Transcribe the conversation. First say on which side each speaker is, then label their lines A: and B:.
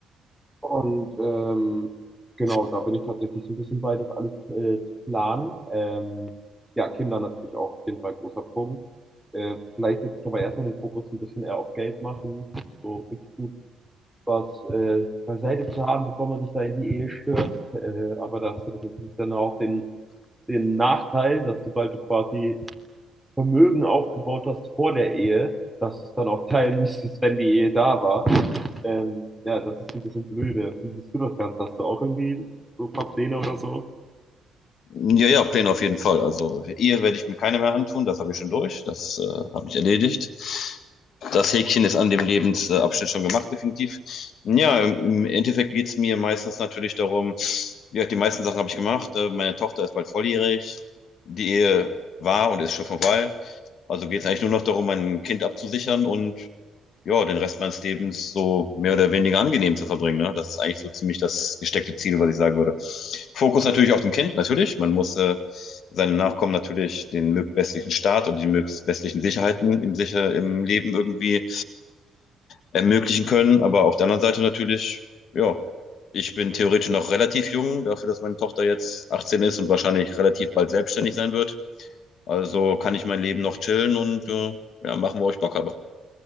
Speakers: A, in the centre; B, on the left.
A: und ähm, genau, da bin ich tatsächlich so ein bisschen bei, das alles äh, zu planen. Ähm, ja, Kinder natürlich auch auf jeden Fall ein großer Punkt. Äh, vielleicht setze ich aber erstmal den Fokus ein bisschen eher auf Geld machen, so richtig gut was äh, beiseite zu haben, bevor man sich da in die Ehe stürzt. Äh, aber das hast du dann auch den, den Nachteil, dass sobald du quasi Vermögen aufgebaut hast vor der Ehe, dass es dann auch teilen müsstest, wenn die Ehe da war. Ähm, ja, das ist ein bisschen blöde. Wie siehst du das Ganze? Hast du auch irgendwie so ein paar Pläne oder so?
B: Ja, ja, Pläne auf jeden Fall. Also Ehe werde ich mir keine mehr antun, das habe ich schon durch, das äh, habe ich erledigt. Das Häkchen ist an dem Lebensabschnitt schon gemacht, definitiv. Ja, im im Endeffekt geht es mir meistens natürlich darum, ja, die meisten Sachen habe ich gemacht. Äh, Meine Tochter ist bald volljährig, die Ehe war und ist schon vorbei. Also geht es eigentlich nur noch darum, mein Kind abzusichern und ja, den Rest meines Lebens so mehr oder weniger angenehm zu verbringen. Ne? Das ist eigentlich so ziemlich das gesteckte Ziel, was ich sagen würde. Fokus natürlich auf dem Kind, natürlich. Man muss äh, seinen Nachkommen natürlich den bestmöglichen Start und die bestmöglichen Sicherheiten im, sicher, im Leben irgendwie ermöglichen können. Aber auf der anderen Seite natürlich, ja, ich bin theoretisch noch relativ jung, dafür, dass meine Tochter jetzt 18 ist und wahrscheinlich relativ bald selbstständig sein wird. Also kann ich mein Leben noch chillen und äh, ja, machen, wo ich Bock habe.